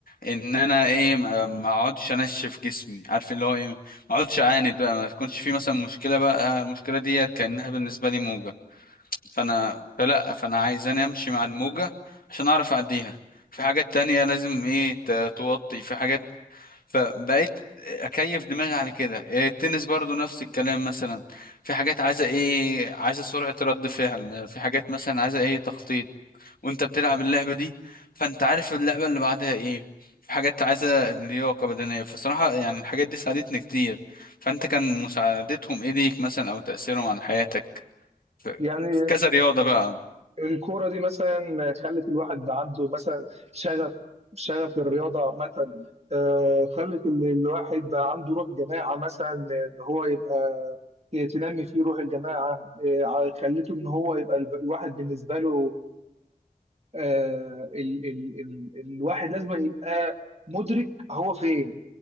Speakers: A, on the left; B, on the right.
A: ان انا ايه ما ما اقعدش انشف جسمي عارف اللي هو ايه ما اقعدش اعاند بقى ما تكونش في مثلا مشكلة بقى المشكلة ديت كأنها بالنسبة لي موجة فانا فلا فانا عايزاني امشي مع الموجة عشان اعرف اعديها في حاجات تانية لازم ايه ت- توطي في حاجات فبقيت اكيف دماغي على كده إيه، التنس برضو نفس الكلام مثلا في حاجات عايزة ايه عايزة سرعة رد فعل في حاجات مثلا عايزة ايه تخطيط وانت بتلعب اللعبة دي فانت عارف اللعبة اللي بعدها ايه في حاجات عايزة لياقة بدنية فصراحة يعني الحاجات دي ساعدتني كتير فانت كان مساعدتهم ايه ليك مثلا او تأثيرهم على حياتك في
B: يعني
A: في كذا رياضة بقى
B: الكورة دي مثلا خلت الواحد عنده مثلا شغف شغف للرياضة عامة آه، خلت ال- الواحد بقى عنده روح جماعة مثلا إن هو يبقى تنمي فيه روح الجماعة آه، ع- خلته إن هو يبقى الب- الواحد بالنسبة له آه، ال ال ال الواحد لازم يبقى مدرك هو فين